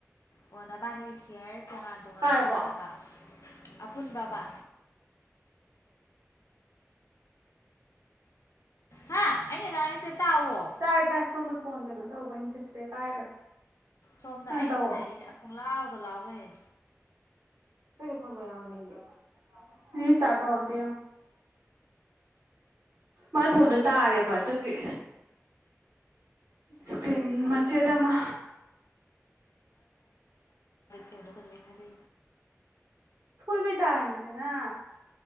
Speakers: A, on the left; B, on the right.
A: ꯑꯣ ꯅꯕꯥꯅꯤ ꯁꯤꯌꯔ ꯇꯣꯉꯥꯟ ꯇꯣꯉꯥꯟꯅ
B: ꯀꯥꯔꯕꯣ
A: ꯅꯠꯇꯕ ꯑꯄꯨꯟꯕ ꯑꯃ ꯍꯥ ꯑꯩꯅ ꯉꯥꯡꯉꯤꯁꯦ ꯇꯥꯎꯋꯣ
B: ꯇꯥꯏ ꯇꯥꯏ ꯁꯣꯝꯅ ꯐꯣꯟ ꯀꯩꯅꯣ ꯇꯧꯕ ꯏꯊꯁꯇꯦ ꯀꯥꯏꯒ
A: ꯁꯣꯝꯗ
B: ꯀꯩꯅꯣ
A: ꯑꯩꯁꯤꯅ
B: ꯇꯧ
A: ꯄꯨꯡꯂꯥꯎꯗ ꯂꯥꯎ ꯂꯩꯔꯦ
B: ꯊ ꯃꯦ ꯔꯔꯁꯇꯥ꯭ꯔꯠ ꯇꯧꯔꯝꯗꯦ ꯃꯥꯏ ꯐꯣꯟꯗꯣ ꯇꯥꯔꯦꯕ ꯑꯗꯨꯒꯤ ꯏꯁꯀ꯭ꯔꯤꯟ
A: ꯀꯩꯒꯤ ꯊꯥꯗꯩꯕ
B: ꯃꯆꯦꯠ
A: ꯄꯩꯁꯥ
B: ꯑꯃ
A: ꯆꯅꯒꯈꯥꯗ
B: ꯁꯣꯏꯕꯩ ꯆꯥꯏꯅꯤꯗꯅ